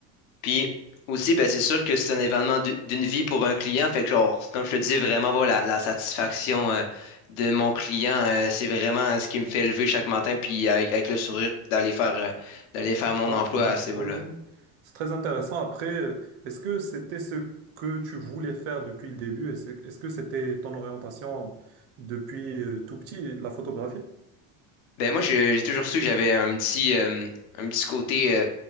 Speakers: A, on the left; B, on the right.
A: Puis aussi, ben, c'est sûr que c'est un événement d'u- d'une vie pour un client. Fait que, genre, comme je te dis, vraiment, voilà, la, la satisfaction euh, de mon client, euh, c'est vraiment ce qui me fait lever chaque matin, puis avec, avec le sourire, d'aller faire, euh, d'aller faire mon
B: Je comprends.
A: emploi à ce niveau-là.
B: Oui, oui. C'est très intéressant. Après, euh, est-ce que c'était ce que tu voulais faire depuis le début? Est-ce, est-ce que c'était ton orientation depuis euh, tout petit, la photographie?
A: Ben, moi, je- j'ai toujours su que j'avais un petit, euh, un petit côté, euh,